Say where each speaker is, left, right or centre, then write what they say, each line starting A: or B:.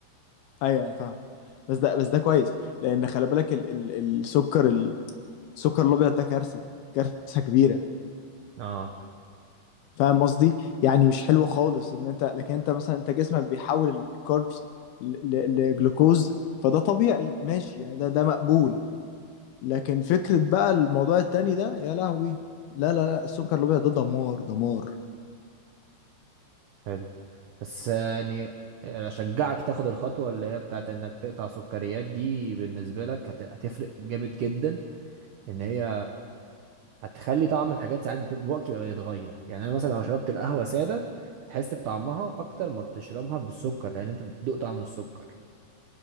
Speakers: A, on the left; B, on the right.
A: ايوه انا فاهم بس ده بس ده كويس لان خلي بالك ال ال السكر ال- السكر الابيض ده كارثه كارثه كبيره
B: اه
A: فاهم قصدي يعني مش حلوه خالص ان انت لكن انت مثلا انت جسمك بيحول الكاربس ل- ل- لجلوكوز فده طبيعي ماشي يعني ده ده مقبول لكن فكره بقى الموضوع التاني ده يا لهوي لا لا لا السكر الابيض ده دمار دمار
B: حلو بس يعني اشجعك تاخد الخطوه اللي هي بتاعت انك تقطع سكريات دي بالنسبه لك هت- هتفرق جامد جدا ان هي هتخلي طعم الحاجات ساعات بتبقى- بوقت بيبقى يتغير يعني انا مثلا لو شربت القهوه ساده هتحس بطعمها اكتر ما بتشربها بالسكر لان انت بتدوق طعم السكر